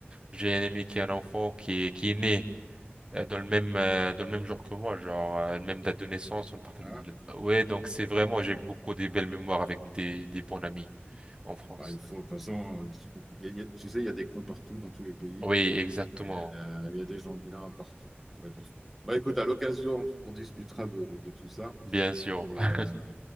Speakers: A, on the right (about 20°); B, in the centre.
A: j'ai un ami qui a un enfant qui est, qui est né euh, dans le même, euh, dans le même jour que moi, genre euh, même date de naissance, on partage
B: Hein
A: le même. Ouais, donc c'est vraiment, j'ai beaucoup des belles mémoires avec des, des bons amis en France.
B: Ouais, il faut, de toute façon, il y a- il y a- tu sais, il y a des cons partout dans tous les pays.
A: Oui, exactement.
B: Et, euh, il y a des gens bien partout. Ouais, bon. Bah, écoute, à l'occasion, on discutera de, de tout ça.
A: Bien sûr,
B: Et
A: <laughs>
B: euh,